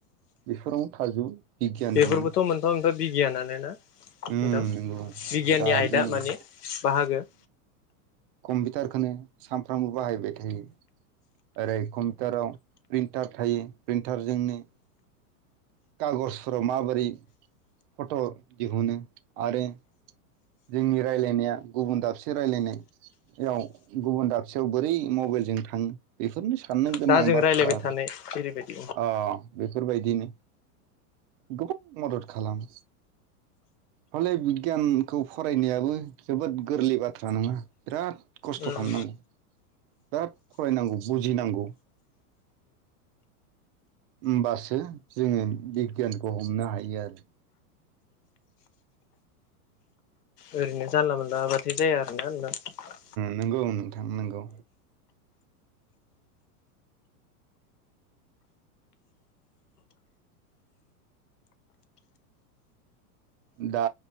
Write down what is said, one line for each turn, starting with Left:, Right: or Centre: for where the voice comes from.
Right: बेफोरावनो थाजोबो। बिगियानजोंनो
Left: बेफोरबोथ' मोनफा <unintelligible> बिगियानानो ना नोंथां
Right: उम
Left: बिगियाननि
Right: नंगौ दा
Left: आयदा
Right: जोङो
Left: माने बाहागो।
Right: कम्पिटारखोनो सान फ्रामबो बाहायबाय थायो ओरै कम्पिटाराव प्रिनटार थायो प्रिन थारजोंनो खागजफोराव माबोरै फट' दिहुनो। आरो जोंनि रायलाय <unintelligible> गुबुन दाब रायलायनाय। याव गुबुन दाबसेयाव बोरै मबाइलजों थाङो बेफोरनोसै साननो गोनां
Left: दा जों
Right: बाथ्रा
Left: रायलायबाय थानाय जेरैबायदि
Right: अ बेफोरबायदिनो गोबां मदद। खालाम‌। माने बिगियानखौ फरायनायाबो जोबोद गोरलै बाथ्रा नङा बिराद खस्थ'
Left: उम।
Right: खालामनांगौ बिराद फरायनांगौ बुजिनांगौ। होमबासो जोङो बिगियानखौ हमनो हायो आरो।
Left: ओरैनो जानला मोनला आबाद बिदि जाया आरोना नोंथां।
Right: नोंगौ नोंथां नोंगौ। दा।